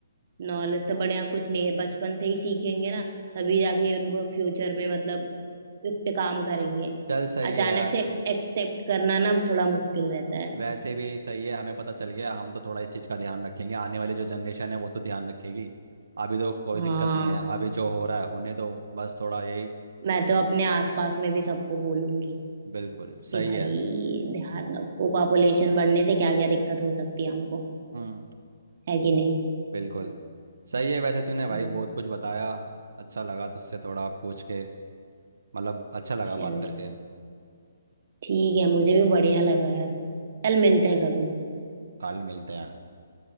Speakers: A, on the right; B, on the right.
A: नॉलेज से बढ़िया कुछ नहीं है बचपन से ही सीखेंगे ना तभी जाके उनको फ्यूचर में मतलब इस पे काम करेंगे
B: चल सही
A: अचानक
B: है यार
A: से एक्सेप्ट करना ना थोड़ा मुश्किल रहता है
B: वैसे भी सही है हमें पता चल गया हम तो थोड़ा इस चीज़ का ध्यान रखेंगे आने वाली जो जनरेशन है वो तो ध्यान रखेगी अभी तो कोई
A: हाँ
B: दिक्कत नहीं है अभी जो हो रहा है होने दो बस थोड़ा यही
A: मैं तो अपने आसपास में भी सबको बोलूंगी
B: बिल्कुल सही
A: कि भाई
B: है
A: ध्यान रखो पॉपुलेशन बढ़ने से क्या क्या दिक्कत हो सकती है हमको
B: हम्म
A: है कि नहीं
B: बिल्कुल सही है वैसे तूने भाई
A: हम्म,
B: बहुत कुछ बताया अच्छा लगा तुझसे थोड़ा पूछ के मतलब अच्छा लगा
A: चल
B: बात करके
A: ठीक है मुझे भी बढ़िया लगा यार चल मिलते हैं कभी
B: कल मिलते हैं